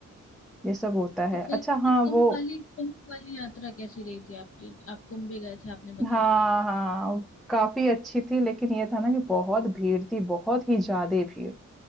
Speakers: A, in the centre; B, on the left.
A: ये सब होता है।
B: तो फिर
A: अच्छा हाँ, वो
B: कुंभ वाली कुंभ वाली यात्रा कैसी रही थी आपकी आप कुंभ भी गए थे आपने बताया
A: हाँ हाँ काफी अच्छी थी लेकिन ये था ना कि बहुत भीड़ थी बहुत ही ज्यादा भीड़